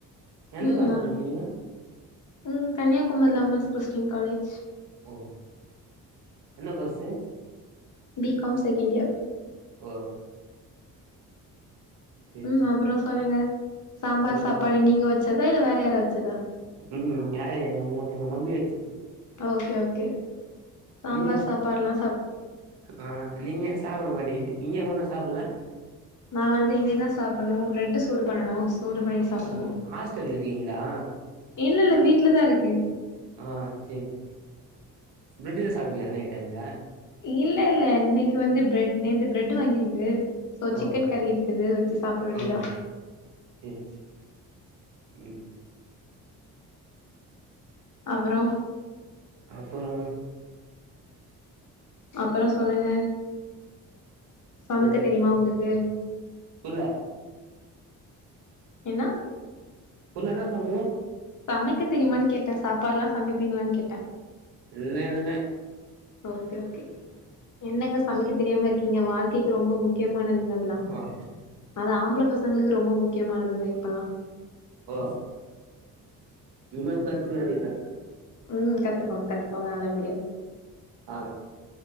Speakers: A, on the right (about 75°); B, on the left (about 45°).
A: எந்த
B: ம்
A: காலேஜ்
B: ஆ
A: படிக்கிறீங்க
B: ம் கன்னியாகுமரில உமன்ஸ் கிறிஸ்டின் காலேஜ்
A: ஓ என்ன கோர்ஸ் து
B: பீ காம் செகண்ட் இயர்
A: ஓ சேரி
B: ம்
A: சேரி
B: அப்பறோ சொல்லுங்க சாம்பார்
A: ம்
B: சாப்பாடு நீங்க வச்சதா இல்ல வேற யார வச்சதா
A: ம் யாரு எங்க மம் எங்க மம்மி வச்சது
B: ஓகே ஓகே சாம்பார்
A: நீங்க
B: சாப்பாடுல்லா
A: ஆ நீங்க சாப்ட மாட்டிங்க நீங்க ஒண்ணு சாப்ல
B: நா வந்து இனிதா சாப்டணு பிரெட்டு் சூடு பண்ணனு சூடு பண்ணிட்டு சாப்டணு
A: ஓ ஹாஸ்டல்ல இருக்கீங்களா
B: இல்ல இல்ல வீட்லதா இருக்கே
A: ஆ சேரி பிரெட் தா சாப்டுவியா நைட் டைம்ல
B: இல்ல இல்ல இன்னக்கி வந்து பிரெட் நேத்து பிரெட் வாங்கியிருந்து சோ
A: ஓ
B: சிக்கன் கறி இருக்குது வச்சு சாப்ட வேண்டியதா
A: ஓ சேரி சேரி ம்
B: அப்பறோ
A: அப்பறோ
B: அப்புறோ சொல்லுங்க சமைக்க
A: ம்
B: தெரியுமா உங்களுக்கு
A: புர்ல
B: என்ன
A: புர்ல என்ன சொல்றது
B: சமைக்க தெரியுமானு கேட்டே சாப்பாடுலா சமைப்பீங்களான்னு கேட்டே
A: இல்ல இல்ல
B: ஓகே ஓகே என்னங்க சமைக்க தெரியாம இருக்கீங்க வாழ்க்கைக்கு ரொம்ப முக்கியமானதுங்க அதலா
A: ஓ
B: அது ஆம்பள பசங்களுக்கு ரொம்ப முக்கியமானதுங்க இப்பல்லா
A: ஓ இனிமேல் கத்துக்க வேண்டியதா
B: ம் கத்துக்கோங்க கத்துக்கோங்க நல்லபடியா
A: ஆ